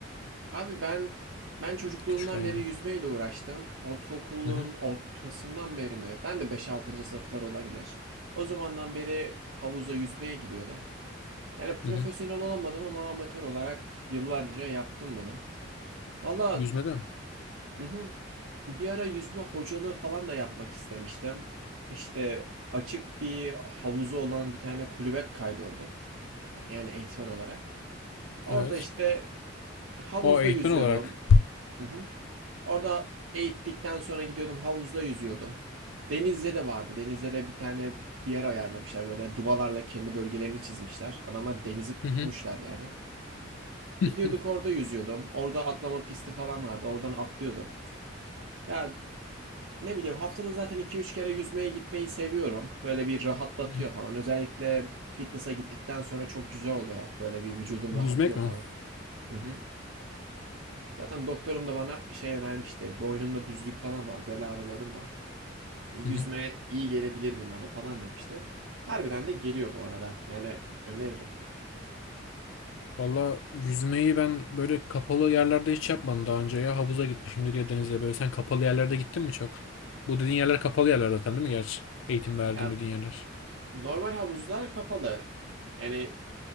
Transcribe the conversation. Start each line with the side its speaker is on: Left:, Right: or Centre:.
Right: Abi ben ben çocukluğumdan
Left: Küçükken yani.
Right: beri yüzmeyle uğraştım. Ortaokulun
Left: Hı hı.
Right: ortasından beri mi? Ben de beş 6 sınıflar olabilir. O zamandan beri havuza yüzmeye gidiyordum. Yani profesyonel
Left: Hı hı.
Right: olamadım ama amatör olarak yıllarca yaptım bunu. Valla
Left: Yüzmede mi?
Right: hı hı. bir ara yüzme hocalığı falan da yapmak istemiştim. İşte açık bir havuzu olan bir tane kulübe kaydoldum. Yani eğitmen olarak. Orada
Left: Evet.
Right: işte havuzda
Left: O eğitmen
Right: yüzüyordum.
Left: olarak.
Right: Hı hı. Orada eğittikten sonra gidiyordum havuzda yüzüyordum. Denizde de vardı. Denizde de bir tane bir yer ayarlamışlar. Böyle dubalarla kendi bölgelerini çizmişler. Adamlar denizi tutmuşlar
Left: Hı hı.
Right: yani. Gidiyorduk
Left: <laughs>
Right: orada yüzüyordum. Orada atlama pisti falan vardı. Oradan atlıyordum. Ya ne bileyim haftada zaten iki üç kere yüzmeye gitmeyi seviyorum. Böyle bir rahatlatıyor
Left: Hı hı.
Right: falan. Özellikle fitness'a gittikten sonra çok güzel oluyor. Böyle bir vücudum
Left: Yüzmek
Right: rahatlıyor
Left: mi?
Right: falan. Hı hı. Zaten doktorum da bana şey önermişti. Boynumda düzlük falan var, bel ağrılarım var. Yüzme
Left: Hı hı.
Right: iyi gelebilir bunlara falan demişti. Harbiden de geliyor bu arada. Yani öneririm.
Left: Valla yüzmeyi ben böyle kapalı yerlerde hiç yapmadım daha önce ya. Havuza gitmişimdir ya denize böyle. Sen kapalı yerlerde gittin mi çok? Bu dediğin yerler kapalı yerler zaten değil mi gerçi? Eğitim verdiğim
Right: Ya
Left: dediğin yerler.
Right: normal havuzlar kapalı. Yani